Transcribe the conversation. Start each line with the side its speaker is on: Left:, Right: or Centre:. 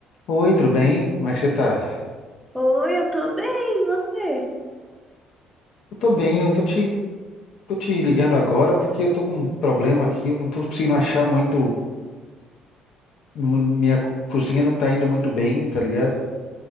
Left: Oi, tudo bem? Como é que você tá?
Centre: Oi, eu tô bem, e você?
Left: Eu tô bem, eu tô te, tô te ligando agora porque eu tô com um problema aqui, eu não tô conseguindo achar muito, mu- minha cozinha não tá indo muito bem, tá ligado?